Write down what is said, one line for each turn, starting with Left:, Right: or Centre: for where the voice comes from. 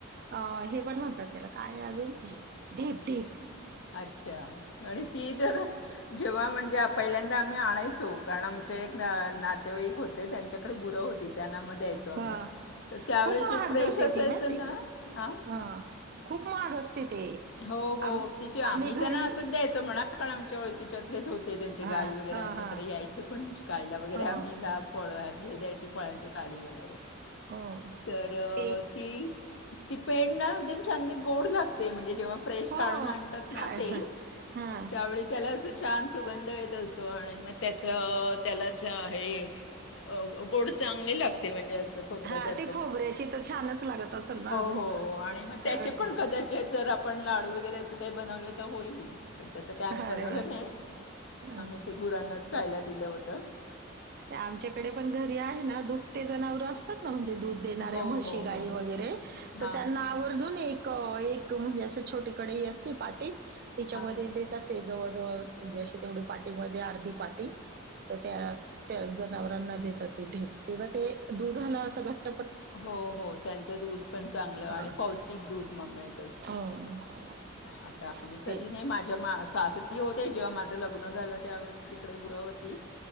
Right: हे पण म्हणतात त्याला काय अजून ढीप ढीप
Left: अच्छा आणि ती जर जेव्हा म्हणजे पहिल्यांदा आणायचो कारण आमचे एक नातेवाईक होते ते त्यांच्या गुर होती त्यांना मग द्यायचो आम्ही
Right: हां.
Left: तर त्यावेळी
Right: खूप महाग
Left: जे फ्रेश
Right: जाते
Left: असायचो
Right: ती माहिती
Left: ना
Right: आहे का?
Left: हा
Right: हां. खूप महाग असते ते.
Left: हो हो
Right: आम
Left: तिचे आम्ही
Right: घरी
Left: त्यांना असंच द्यायच म्हणा आमच्या ओळखीच्यातलेच होते त्यांचे
Right: हां,
Left: गाय वगैरे
Right: हां,
Left: आमच्याकडे
Right: हां.
Left: यायचे पण गायला वगैरे
Right: हो,
Left: आम्ही डाळ पोळ्या हे द्यायची फळांच्या साली वगैरे
Right: हो.
Left: तर
Right: ते
Left: ती ती पेड नती एकदम चांगले गोड लागते ते म्हणेव्हा फ्रेश
Right: हो.
Left: काढून आणतात ना
Right: खायला.
Left: ते
Right: हां.
Left: त्यावे त्या छान सुगंध येत असतो आणि मग त्याचा त्याला हे गोड चांगले लागते म्हणजे अस खपऱ्या
Right: हां,
Left: सार
Right: ते खोबऱ्याची तर छानच लागत असेल ना अजून
Left: हो आणि मग त्याचे
Right: कारण
Left: पण कदाचित जर आपण लाडू वगैरे असं काही बनवले तर होईल पण तसं काय आम्ही बनवलं
Right: अरे वाह!
Left: नाही
Right: हां.
Left: आम्ही ते गुरांनाच कायला दिलं होतं
Right: आमच्याकडे पण घरी आहे ना दुप ते जनावर असतात ना म्हणजे दूध देणारे
Left: हो
Right: म्हशी
Left: हो
Right: गाई
Left: हो
Right: वगैरे
Left: हां
Right: तर त्यांना आवर्जून एक एक म्हणजे असं छोटीकडे असतील पा तिच्यामध्ये
Left: हां
Right: देतात ते जवळ जवळ म्हणजे अशी तेवढी पार्टी मध्ये अर्धी पार्टी तर त्या त्या जनावरांना देतात त ढिप तेव्हा ते दुधाला असं घट
Left: हो हो त्यांच दूध पण चांगलं आणि
Right: हां.
Left: पौष्टिक दूध म मिळत
Right: हो.
Left: आताही कधी
Right: ते.
Left: नाही माझ्या मा मी होते जेव्हा माझं लग्न झालं त्यावेळी तिकडे गुर होती